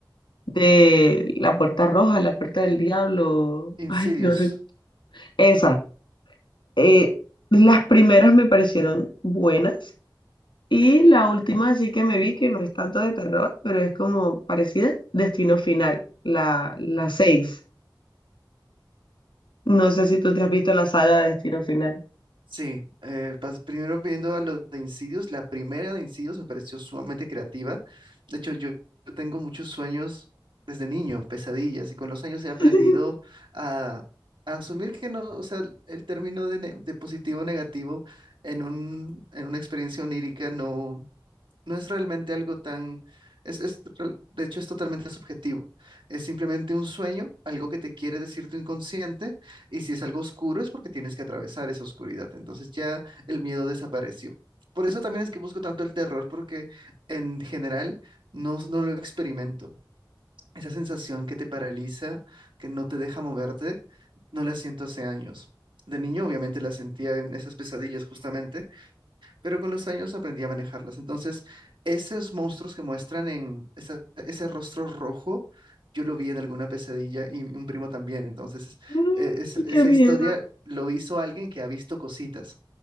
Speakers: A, on the left; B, on the right.
A: de La Puerta Roja, La Puerta del Diablo,
B: Insidious.
A: ay, no recu- Esa. eh, las primeras me parecieron buenas y la última sí que me vi que no es tanto de terror, pero es como parecida, Destino Final, la, la seis No sé si tú te has visto la saga de Destino Final.
B: Sí, eh, pas- primero viendo a los de Insidious, la primera de Insidious me pareció sumamente creativa. De hecho, yo, yo tengo muchos sueños desde niño, pesadillas, y con los años he
A: <laughs>
B: aprendido a, a asumir que no, o sea, el término de, ne- de positivo o negativo en un, en una experiencia onírica no. No es realmente algo tan... Es, es real- de hecho, es totalmente subjetivo. Es simplemente un sueño, algo que te quiere decir tu inconsciente, y si es algo oscuro es porque tienes que atravesar esa oscuridad. Entonces ya el miedo desapareció. Por eso también es que busco tanto el terror, porque en general no, no lo experimento. Esa sensación que te paraliza, que no te deja moverte, no la siento hace años. De niño, obviamente, la sentía en esas pesadillas justamente pero con los años aprendí a manejarlas. Entonces, esos monstruos que muestran en esa- ese rostro rojo, yo lo vi en alguna pesadilla y un primo también. Entonces,
A: Uy,
B: e- es- esa
A: qué miedo.
B: historia lo hizo alguien que ha visto cositas.